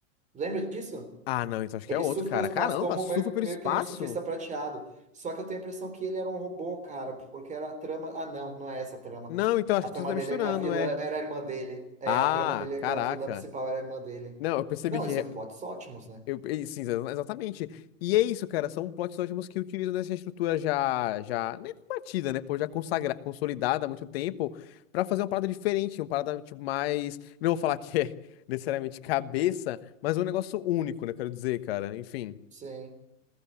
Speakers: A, on the right (about 20°); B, on the left (about 50°).
A: Lembra disso?
B: Ah, não, então acho
A: Ele
B: que é outro,
A: surfa
B: cara.
A: meus passos
B: Caramba,
A: como
B: surfa
A: meio,
B: pelo
A: meio
B: espaço?
A: que nem o surfista prateado. Só que eu tenho a impressão que ele era um robô, cara, porque era a trama. Ah, não, não é essa a trama.
B: Não, então acho
A: A
B: que
A: trama
B: tu tá
A: dele
B: misturando,
A: é que a vilã
B: é.
A: era a irmã dele. É,
B: Ah,
A: a trama dele é
B: caraca.
A: que a vilã principal era a irmã dele.
B: Não, eu percebi
A: Não,
B: que
A: esse é um plot ótimos, né?
B: Eu, e- sim, exa- exatamente. E é isso, cara. São plots ótimos que utilizam essa estrutura já, já né, batida, né? Pô, já consagra, consolidada há muito tempo, pra fazer uma parada diferente, uma parada tipo mais. Não vou falar que é <laughs> necessariamente cabeça, mas um negócio único, né? Quero dizer, cara. Enfim,
A: Sim.